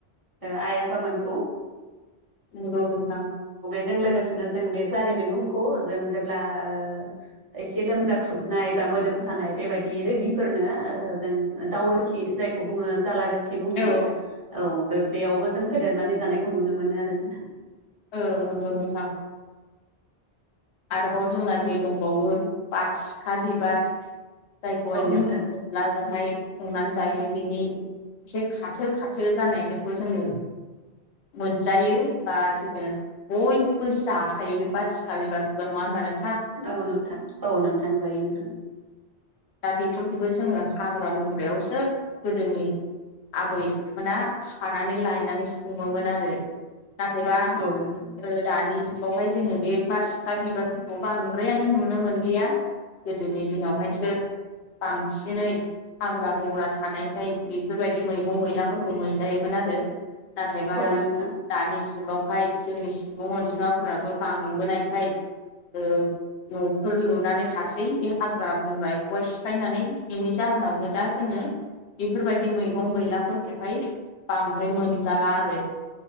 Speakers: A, on the right (about 25°); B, on the left (about 80°).
A: ओ आय, आफामोनखौ।
B: नंगौ नोंथां।
A: जों लोगोसेनो जों बे जारि मैगं खौ जों जेब्ला ओ एसे लोमजा ख्रुबनाय बा मोदोम सानाय बेबायदि रोगिफोरनो ओ जों दावरोसि जायखौ बुङो जालारोस सि बुङो।
B: औ
A: औ बे बेयावबो जों होदेरनानै जानायखौ नुनो मोनो आरो नोंथां।
B: औ नंगौ नोंथां। आरोबाव जोंना जे दंबावो बारसिखा बिबार जायखौहाय जों
A: नोंथां
B: अनलाजोंहाय संनानै जायो। बिनि एसे खाथो खाथो जानायफोरखौ जोङो मोनजायो। बा जोङो बयबो जाखायो बे बारसिखा बिबारखौथ' नङा होनबा नों
A: औ नोंथां औ नोंथां जायो नोंथां।
B: दा बेफोरखौबो जोङो हाग्रा बंग्रायावसो गोदोनि आबैमोना खानानै लायनानै सङोमोन आरो। नाथायबा
A: औ नोंथां
B: ओ दानि जुगावहाय जोङो बे बारसि सिखा बिबारफोरखौ बांद्रायानो नुनो मोनलिया गोदोनि दिनावहायसो बांसिनै हाग्रा बंग्रा थानायखाय बेफोरबायदि मैगं मैलाफोरखौ मोनजायोमोन आरो। नाथायबा
A: औ नोंथां
B: दानि जुगावहाय जोंनि सुबुं अनजिमाफोराबो बांबोनायखाय
A: <inaudible>
B: ओ न'फोर लुनानै थासै बे हाग्रा बंग्राखौहाय सिफायनानै बेनि जाहोनाव नो दा जोङो बेफोरबायदि मैगं मैलाफोरखौहाय बांद्राय मोनजाला आरो।